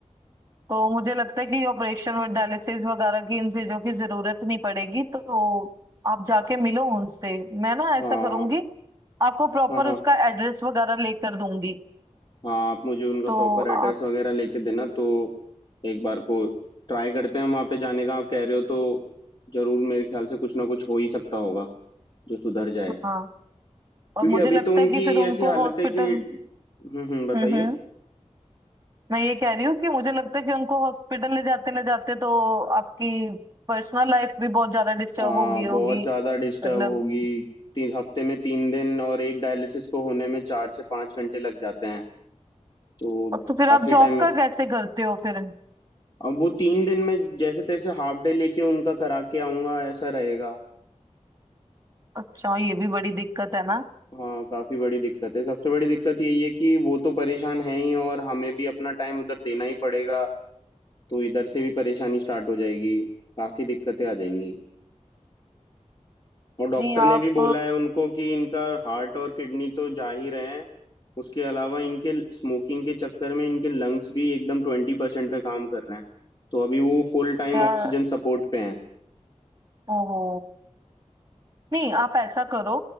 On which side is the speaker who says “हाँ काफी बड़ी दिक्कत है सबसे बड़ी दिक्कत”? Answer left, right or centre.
Left